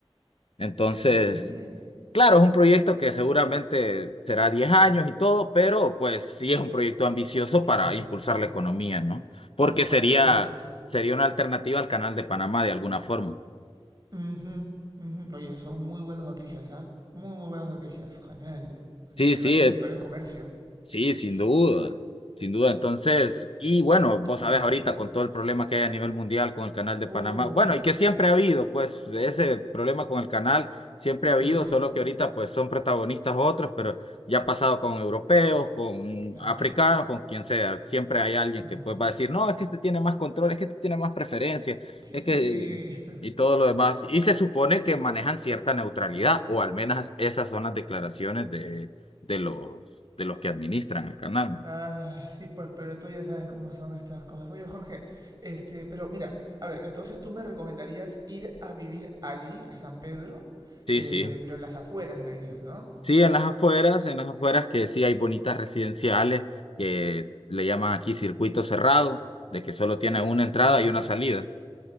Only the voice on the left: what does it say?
Entonces,
Claro, es un proyecto que seguramente será 10 años y todo, pero pues sí es un proyecto ambicioso
para impulsar la economía, ¿no? Porque
sería,
sería una alternativa al Canal de Panamá de alguna forma.
Sí, sí,
Sí,
sin duda, sin duda. Entonces, y bueno, vos
sabés ahorita con todo el problema que hay a nivel mundial con el canal de
Panamá, bueno,
y que siempre ha habido, pues ese problema con el canal siempre ha habido,
solo que ahorita pues son protagonistas otros, pero ya ha pasado con europeos, con
africanos, con quien sea, siempre hay alguien
que pues va a decir, no, es que este tiene más control, es que este tiene más preferencia,
es que... y todo lo demás. Y se supone que manejan cierta neutralidad, o al menos esas son las declaraciones de... de los de los que administran el canal.
Sí,
sí.
Sí, en las afueras, en las afueras que sí hay bonitas residenciales que le llaman aquí circuito cerrado, de que solo tiene una entrada
y una salida.